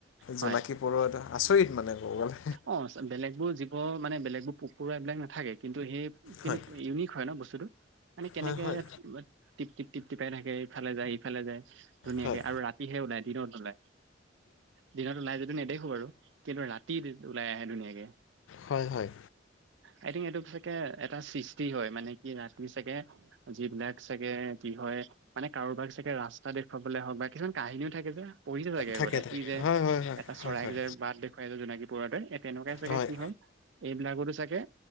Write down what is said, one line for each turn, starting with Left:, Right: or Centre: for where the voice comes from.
Right: হয়
Left: জোনাকী পৰুৱাটো আচৰিত মানে। ক'ব গ'লে
Right: অ' বেলেগ বোৰ জীৱ মানে বেলেগ বোৰ পোক পৰুৱা এইবিলাক নাথাকে। কিন্তু, সেই কিন্তু
Left: হয়
Right: ইউনিক হয় ন বস্তুতটো মানে কেনেকে
Left: হয় হয়
Right: টিক টিক তৃপ্তি পাই থাকে। ইফালে যায়। সিফালে যায়। ধুনীয়াকে
Left: হয়
Right: আৰু ৰাতিহে ওলাই দিনত নোলাই দিনত ওলাই যদিওঁ নেদেখোঁ বাৰু, কিন্তু ৰাতি ওলাই আহে ধুনীয়াকে।
Left: হয়, হয়।
Right: আই থিংক এইটো চাগে এটা সৃষ্টি হয়, মানে কি ৰাতি চাগে যিবিলাক চাগে কি হয় মানে কাৰোবাক চাগে ৰাস্তা দেখুৱাবলৈ হওঁক বা কিছুমান কাহিনীও থাকে যে। পঢ়িছে চাগে আগতে
Left: থাকে থাকে
Right: ই যে
Left: হয় হয় হয়
Right: এটা চৰাইক
Left: হয় হয়
Right: যে বাট দেখুৱাই যে জোনাকী পৰুৱা এটাই এই তেনেকুৱাই চাগে
Left: হয়
Right: কি হ'ল এইবিলাকতো চাগে